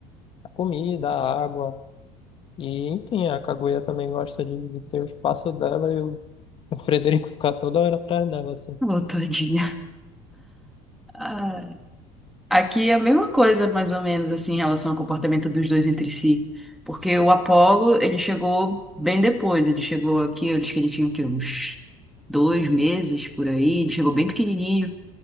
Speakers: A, on the left; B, in the centre.
A: a comida, a água. E, enfim, a Kaguya também gosta de, de ter o espaço dela e o, o Frederico ficar toda hora atrás dela, assim.
B: Ô, todinha. Ai. Aqui é a mesma coisa, mais ou menos, assim, em relação ao comportamento dos dois entre si. Porque o Apollo ele chegou bem depois. Ele chegou aqui, eu acho que ele tinha o quê? Uns dois meses por aí. Ele chegou bem pequenininho.